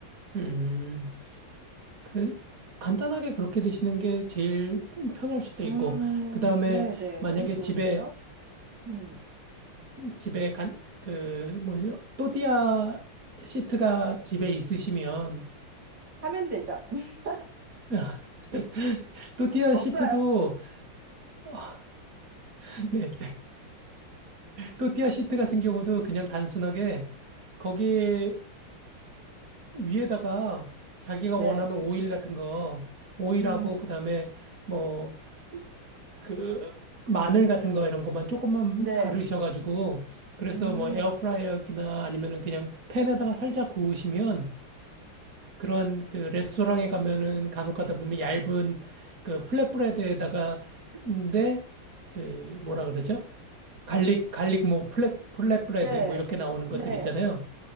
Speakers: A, on the right; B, on the right.
A: 음. 그래, 간단하게 그렇게 드시는 게 제일 편할 수도
B: 음,
A: 있고, 그 다음에
B: 네네.
A: 만약에
B: 너무 좋은데요?
A: 집에,
B: 음.
A: 집에 간, 그, 뭐죠? 또띠아 시트가 집에 있으시면,
B: 하면 되죠? <laughs>
A: <laughs> 또띠아
B: 없어요?
A: 시트도, <laughs> 네, 또띠아 시트 같은 경우도 그냥 단순하게 거기 위에다가 자기가
B: 네.
A: 원하는 오일 같은 거, 오일하고
B: 음,
A: 그다음에 뭐 그 마늘 같은 거 이런 것만 조금만
B: 네.
A: 바르셔가지고 그래서
B: 음,
A: 뭐 에어프라이어기나 아니면은 그냥 팬에다가 살짝 구우시면 그런 그 레스토랑에 가면은 간혹 가다 보면 얇은 그 플랫브레드에다가 근데 그 뭐라 그러죠? 갈릭 갈릭 뭐 플랫 플랫브레드
B: 네.
A: 뭐 이렇게 나오는 것들
B: 네.
A: 있잖아요.